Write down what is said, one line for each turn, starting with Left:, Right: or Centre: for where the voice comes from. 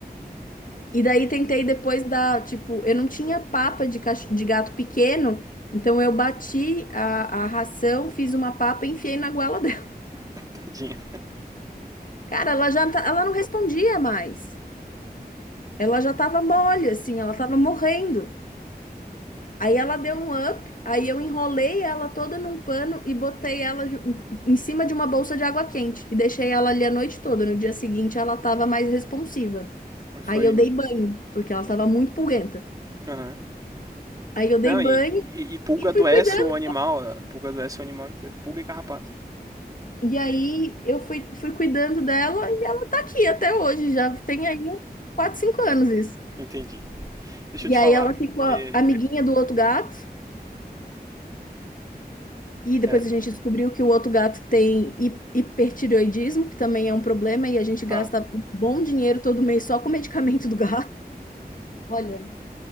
Left: E daí tentei depois dar, tipo, eu não tinha papa de, cach... de gato pequeno, então eu bati a, a ração, fiz uma papa e enfiei na goela dela.
Right: tadinha.
Left: <laughs> Cara, ela já tá- ela não respondia mais. Ela já tava mole, assim, ela tava morrendo. Aí ela deu um up, aí eu enrolei ela toda num pano e botei ela ju- em cima de uma bolsa de água quente e deixei ela ali a noite toda. No dia seguinte ela tava mais responsiva. Aí
Right: Foi.
Left: eu dei banho, porque ela tava muito pulguenta.
Right: Aham. Uhum.
Left: Aí eu dei
Right: Não,
Left: banho
Right: e, e, e pulga
Left: e
Right: adoece
Left: fui cuidando.
Right: o animal. a Pulga adoece o animal inteiro. Pulga e carrapato.
Left: E aí eu fui, fui cuidando dela e ela tá aqui até hoje, já tem aí 4 5 anos isso.
Right: Entendi. Deixa
Left: E
Right: eu te
Left: aí
Right: falar.
Left: ela ficou
Right: É.
Left: a- amiguinha do outro gato, e depois
Right: É,
Left: a gente descobriu que o outro gato tem hi- hipertireoidismo, que também é um problema, e a gente
Right: tá.
Left: gasta um bom dinheiro todo mês só com o medicamento do gato. Olha,